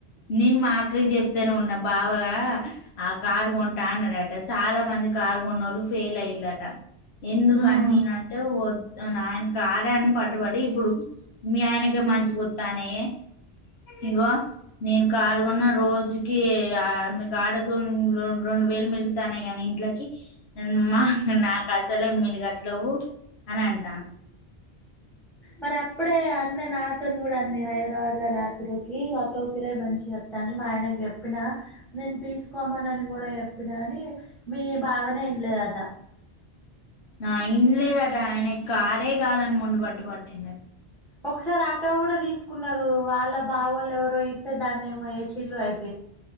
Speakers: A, on the left; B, in the centre.
A: నిన్ మాక అక్కకి చెప్తేనే మెన్న బావ ఆ కారు కొంటా అనడట చాలా మంది కారు కొన్నోళ్ళు ఫెయిల్ అయినట ట ఎందుకు
B: ఉమ్
A: అన్ని నే అటే పొ. నాన్ కారె అని పట్టుబడి ఇప్పుడు మీ ఆయనకే మంచి గుర్తానే ఇగో నేను కారు కొన్న రోజుకి ఎ ఆ మీ కాడతో రెండు వేలు మెలుగుతానే కానీ ఇంట్లోకి మా. నా కాసలే మీల్గట్లేవు అని అంటా.
B: మరి అప్పుడే అన్న నాతోనే కూడా అంది హైదరాబాద్ లో రార్పిడోకి అటో కిరాయిమంచి వస్తాంది మా ఆయనకి చెప్పినా నేను తీసుకోమన అని కూడా చెప్పినా అని మీ భావనే వినలేదట.
A: ఆ ఇన్ లేదట అయినె కర్. అదే కావాలని మొన్నుబట్టు పట్టిందీ
B: ఒకసారి ఆటొ కూడా తీసుకు. కున్నారు వాళ్ళ బావల్ ఎవరు ఇట్టే దాన్ని ఏమో వేసిరు అయిప్.